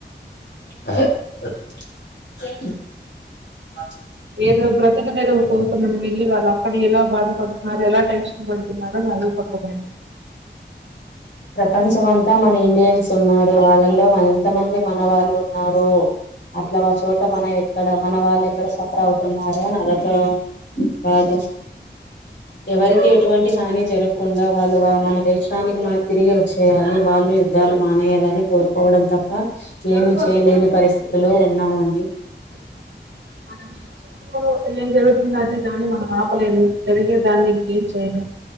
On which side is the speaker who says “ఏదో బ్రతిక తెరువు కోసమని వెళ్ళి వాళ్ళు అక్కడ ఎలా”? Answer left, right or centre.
Right